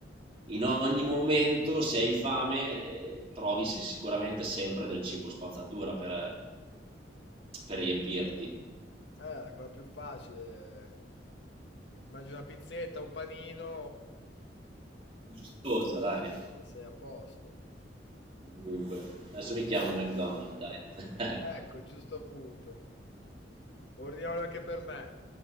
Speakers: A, on the right (about 30°); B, on the left (about 75°).
A: in ogni momento se hai fame eh, trovi se- sicuramente sempre del cibo spazzatura per, per riempirti.
B: Eh, la cosa più facile, eh, ti mangi una pizzetta, un panino
A: Gustosa, dai.
B: e sei a posto.
A: Comunque, adesso mi chiamo McDonald's, dai. <laughs>
B: Ecco, giusto appunto. Ordiniamolo anche per me.